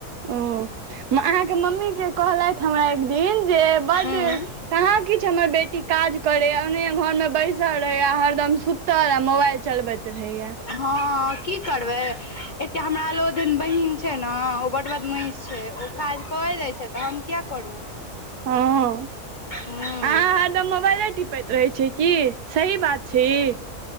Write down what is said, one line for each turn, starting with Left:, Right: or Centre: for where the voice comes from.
Right: ओ अहाँके मम्मी के कहलथि हमरा एक दिन जे बड्ड
Left: हूँ
Right: कहाँ किछु हमर बेटी काज करे अंगने घर में बैसल रहे आ हरदम सुतल आ मोबाइल चलबैत रहैए
Left: हँ की करबै एकटा हमरा लो दिन बहिन छै ने ओ बड बड महष छै ओ काज कर दै छै तऽ हम किया करू
Right: ह आहा
Left: हूँ
Right: हरदम मोबाइले टिपैत रहै छै की सही बात छै ई